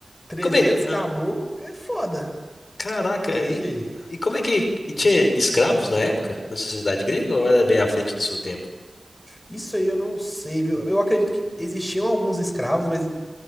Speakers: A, on the left; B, on the left.
A: trezentos
B: Como é...
A: caboclo
B: ah,
A: é foda.
B: Caraca,
A: Mas
B: e,
A: e aí?
B: e como é que... E tinha escravos na época, na sociedade grega, ou era bem à frente do seu tempo?
A: Isso aí eu não sei, viu? Eu acredito que existiam alguns escravos, mas